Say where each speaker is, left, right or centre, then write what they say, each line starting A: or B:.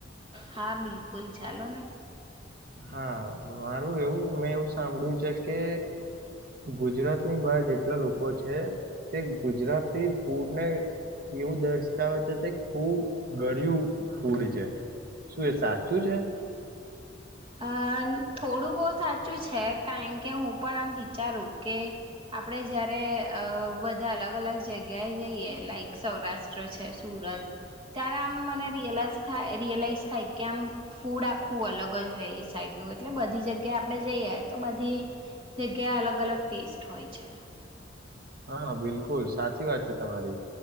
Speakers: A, on the right; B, on the right.
A: હા, બિલકુલ ચાલો ને.
B: હા, મારું એવું મેં એવું સાંભળ્યું છે કે ગુજરાતની બહાર જેટલા લોકો છે તે ગુજરાતી ફૂડને એવું દર્શાવે છે તે ખૂબ ગળિયું ફૂડ છે. શું એ સાચું છે?
A: હા, થોડું બહું સાચું છે કારણ કે હું પણ આમ વિચારું કે આપડે જારે અહ બધા અલગ અલગ જગ્યાએ જઈએ લાઈક સૌરાષ્ટ્ર છે સુરત ત્યારે આમ મને રિયલાઈઝ થાય રિયલાઈઝ થાય કે આમ ફૂડ આખું અલગ જ હૈ એ સાઈડ નું એટલે બધી જગ્યા આપ આપડે જઈએ તો બધી જગ્યા અલગ અલગ ટેસ્ટ હોય છે.
B: હા, બિલકુલ સાચી વાત છે તમારી.